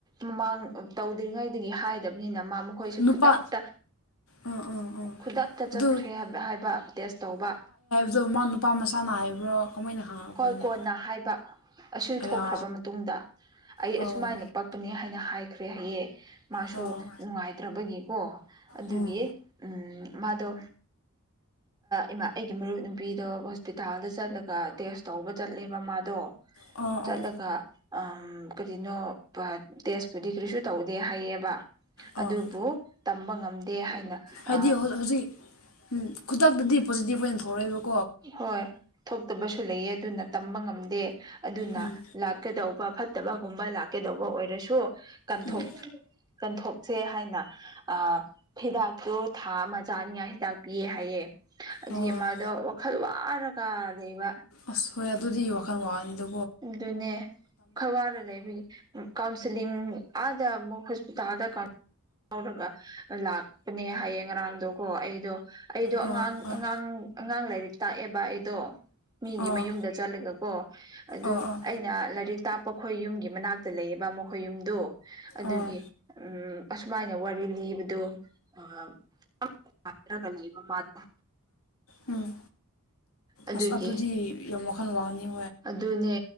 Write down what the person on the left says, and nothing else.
ꯅꯨꯄꯥ
ꯑꯥ ꯑꯥ ꯑꯥ
ꯑꯗꯨ
ꯑꯗꯣ ꯃꯥ ꯅꯨꯄꯥ ꯃꯆꯥꯅ ꯍꯥꯏꯕ꯭ꯔꯣ ꯀꯃꯥꯏꯅ ꯈꯪꯉꯛꯄ꯭ꯔꯣꯅꯦ
ꯑꯌꯥ
ꯑꯧ
ꯑꯧ
ꯎꯝ
ꯑꯣ
ꯑꯣ
ꯑꯣ
ꯍꯥꯏꯗꯤ
ꯍꯧ- ꯍꯧꯖꯤꯛ ꯎꯝ, ꯈꯨꯗꯛꯇꯗꯤ ꯄꯣꯖꯤꯇꯤꯕ ꯑꯣꯏꯅ ꯊꯣꯛꯂꯛꯏꯕ
ꯎꯝ
ꯎꯝ
ꯑꯣ
ꯑꯁ ꯍꯣꯏ ꯑꯗꯨꯗꯤ ꯋꯥꯈꯜ ꯋꯥꯅꯤꯗ
ꯑꯥ
ꯑꯥ
ꯑꯥ
ꯑꯥ ꯑꯥ
ꯑꯥ
ꯎꯝ
ꯑꯁ ꯑꯗꯨꯗꯤ ꯌꯥꯝ ꯋꯥꯈꯜ ꯋꯥꯅꯤ